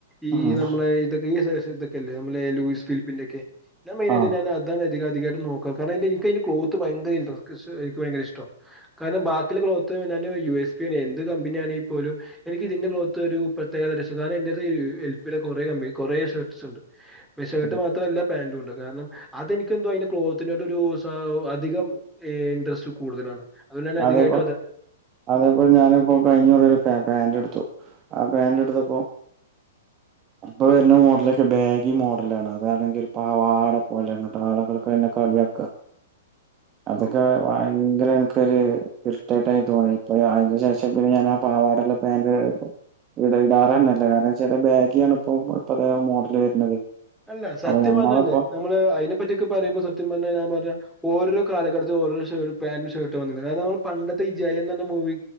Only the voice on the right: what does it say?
ആഹ്
ആഹ്
ഉം
അതേപ്പോ പാ അതേപലെ ഞാന് പ്പോ കഴിഞ്ഞക്കുറി ഓര് പാന്റ് ഇട്ത്തു. ത്തു ആ പാന്റ് എടുത്തപ്പോ ഇപ്പൊ വരുന്ന മോഡലൊക്കെ ബാഗി മോഡലാണ് അതാണെങ്കിൽ പവാട പോലെ അങ്ങിട്ട് ആളുകൾക്കെന്നെ കളി <unintelligible> അതൊക്കെ
വയ വ യങ്കരെ ഒരു കൃത്യായിട്ടായി തോന്നി ഇപ്പോ അയിന്റെ ശേഷം പിന്നെ ഞാൻ ആ പാവാടല്ലെ പാന്റ് ഇട ഇടാറന്നില്ല കാരണം ചാല് ബാഗിയാണ് ഇപ്പോ ഇപ്പത്തെ മോഡലായി വരുന്നത്.
അപ്പൊ ഞമ്മളിപ്പോ